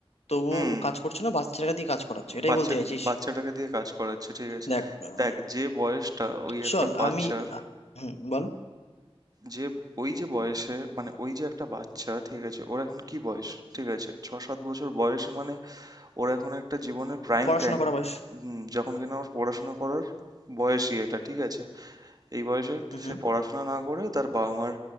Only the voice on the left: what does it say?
তবুও
ও কাজ করছে না বাচ্চাটাকে দিয়ে কাজ করাচ্ছে এটাই
বলতে চাইছিস
দেখ আহ,
চল
আমি আহ, হুম বল
পড়াশোনা
করা বয়স
হুম হুম